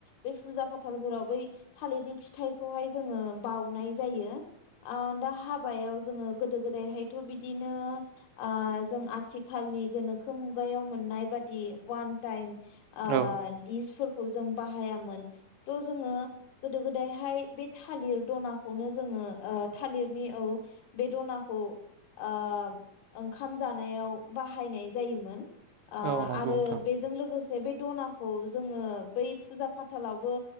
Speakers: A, on the left; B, on the right.
A: बेै फुजा फाथालफोराव बै थालिरनि फिथाइ खौहाय जोङो बाउनाय जायो। आ दा हाबायाव जोङो गोदो गोदायहायथ बिदिनो आ जों आथिखालनि गोनोखो मुगायाव मोननाय बादि वान टाइम ओ
B: औ
A: दिसफोरखौ जों बाहायामोन थ' जोङो गोदो गोदायहाय बे थालिर दनाखौनो जोङो ओ थालिरनि औ बे दनाखौ ओ ओंखाम जानायाव बाहायनाय जायोमोन।
B: औ
A: आ
B: औ नंगौ
A: आरो
B: नोंथां
A: बेजों लोगोसे बे दनाखौ जोङो बै फुजा फाथालावबो